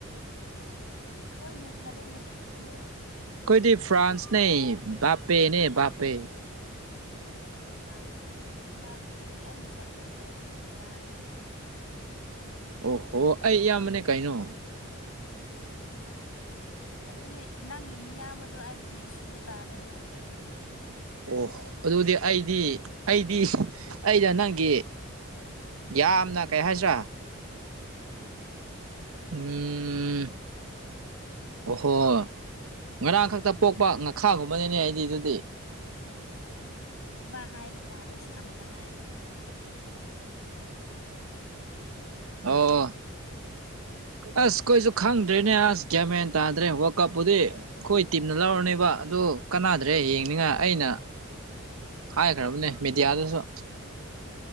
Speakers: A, on the left; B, on the right.
A: ꯍꯣꯏꯅꯦ ꯐꯔꯦꯅꯦ ꯑꯗꯣ
B: ꯀꯣꯏꯗꯤ ꯐ꯭ꯔꯥꯟꯁꯅꯦ ꯕꯥꯄꯦꯅꯦ
A: ꯐꯩ
B: ꯕꯥꯄꯦ
A: ꯏꯄ ꯏꯕꯥꯄꯦꯗꯤ ꯑꯩꯅ ꯁꯞꯄꯣꯔꯠ ꯇꯧꯕꯒꯤ ꯃꯆꯥꯅꯤ
B: ꯑꯣꯍꯣ ꯑꯩ ꯏꯌꯥꯝꯕꯅꯦ ꯀꯩꯅꯣ
A: ꯑꯗꯨꯅꯦ ꯅꯪ ꯏꯅꯦ ꯌꯥꯝꯕꯗꯣ ꯑꯩꯒꯤꯗꯤ ꯏꯁꯨ ꯇꯥꯔꯦꯕ
B: ꯑꯣ ꯑꯗꯨꯗꯤ ꯑꯩꯗꯤ ꯑꯩꯗꯤ ꯑꯩꯗ ꯅꯪꯒꯤ ꯌꯥꯝꯅ ꯀꯩ ꯍꯥꯏꯁꯤ꯭ꯔꯥ ꯎꯝ ꯑꯣꯍꯣ ꯉꯔꯥꯡ ꯈꯛꯇ ꯄꯣꯛꯄ ꯉꯥꯈꯥꯒꯨꯝꯕꯅꯅꯦ ꯑꯩꯗꯤ ꯑꯗꯨꯗꯤ
A: ꯍꯣꯏꯅꯦ ꯑꯗꯨꯃ ꯍꯥꯏꯕ ꯇꯥꯔꯦ ꯁꯝꯅ ꯍꯥꯏꯕꯗꯣꯀꯣ
B: ꯑꯣ ꯑꯣ ꯑꯁ ꯀꯣꯏꯁꯨ ꯈꯪꯗ꯭ꯔꯦꯅꯦ ꯑꯁ ꯒꯌꯥꯃꯦꯟ ꯇꯥꯗ꯭ꯔꯦ ꯋꯥꯔꯜ ꯀꯞꯄꯨꯗꯤ ꯑꯩꯈꯣꯏ ꯇꯤꯝꯅ ꯂꯧꯔꯅꯦꯕ ꯑꯗꯣ ꯀꯅꯥꯗ꯭ꯔꯦ ꯌꯦꯡꯅꯤꯡꯉꯥꯏ ꯑꯩꯅ ꯍꯥꯏꯈ꯭ꯔꯕꯅꯦ ꯃꯦꯗꯤꯌꯥꯗꯁꯨ